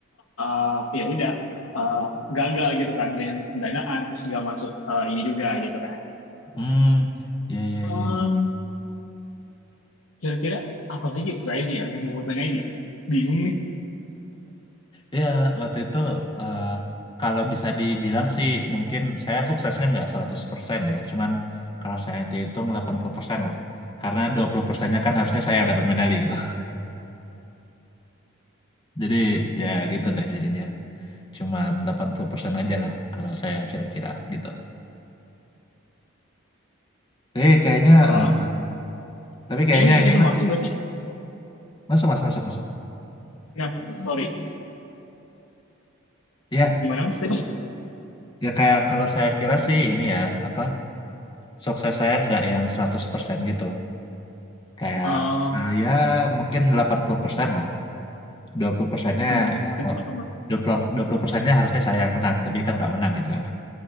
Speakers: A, on the left; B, on the left.
A: eh, ya udah eh, gagal gitu kan, gak nyampe pendanaan terus gak masuk eh, ini juga gitu kan.
B: hmm, ya ya
A: Em,
B: ya.
A: kira-kira apa lagi tuh kayaknya ya yang mau tanyain ya? Bingung nih.
B: Iya, waktu itu eh, kalau bisa dibilang sih mungkin saya suksesnya nggak 100% ya. Cuman kalau saya hitung 80% lah. Karena dua puluh persennya kan harusnya saya yang dapat medali gitu. <laughs> Jadi ya gitu deh jadinya. Cuman 80% aja lah kalau saya kira-kira gitu. Tapi kayaknya
A: Halo,
B: eh, tapi kayaknya
A: ini ini
B: ini
A: udah
B: Mas
A: masuk gak sih?
B: masuk Mas masuk masuk.
A: Nah, sorry.
B: Iya,
A: Gimana mas tadi?
B: ya kayak kalau saya kira sih ini ya apa sukses saya nggak yang 100% gitu. Kayak
A: Em,
B: Nah, ya mungkin 80% lah. dua puluh persennya
A: Hmm,
B: ya
A: kenapa
B: mau-
A: tuh Mas?
B: dua puluh dua puluh persennya harusnya saya yang menang tapi kan nggak menang gitu kan